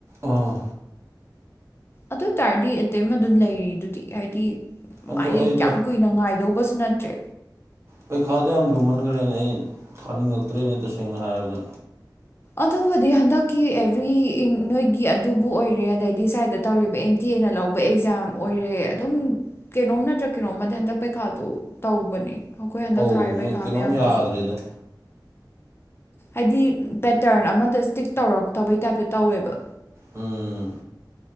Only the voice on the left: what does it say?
ꯑꯗꯨ ꯑꯣꯏ ꯇꯥꯔꯗꯤ ꯑꯦꯇꯦꯝ ꯑꯗꯨꯝ ꯂꯩꯔꯤ ꯑꯗꯨꯗꯤ ꯍꯥꯏꯗꯤ
ꯃꯥꯏꯔꯤꯛ
ꯌꯥꯝ ꯀꯨꯏꯅ ꯉꯥꯏꯗꯧꯕꯁꯨ ꯅꯠꯇ꯭ꯔꯦ
ꯑꯗꯨꯕꯨꯗꯤ ꯍꯟꯗꯛꯀꯤ ꯑꯦꯕ꯭ꯔꯤ ꯏꯤꯡ ꯅꯣꯏꯒꯤ ꯑꯗꯨꯕꯨ ꯑꯣꯏꯔꯦ ꯑꯗꯩꯗꯤ ꯁ꯭ꯋꯥꯏꯗ ꯇꯧꯔꯤꯕ ꯑꯦꯡ ꯇꯤ ꯑꯦꯅ ꯂꯧꯕ ꯑꯦꯛꯖꯥꯝ ꯑꯣꯏꯔꯦ ꯑꯗꯨꯝ ꯀꯦꯅꯣꯝ ꯅꯠꯇ꯭ꯔ ꯀꯦꯅꯣꯝꯃꯗꯤ ꯍꯟꯗꯛ ꯄꯩꯈꯥꯗꯣ ꯇꯧꯕꯅꯦ ꯑꯈꯣꯏ ꯍꯟꯗꯛ
ꯊꯥꯔꯤ ꯄꯩꯈꯥ
ꯃꯌꯥꯝꯗꯨꯁꯨ
ꯍꯥꯏꯗꯤ ꯄꯦꯇꯔꯟ ꯑꯃꯗ ꯁ꯭ꯇꯤꯛ ꯇꯧꯔꯛꯇꯕꯩ ꯇꯥꯏꯞꯇ ꯇꯧꯋꯦꯕ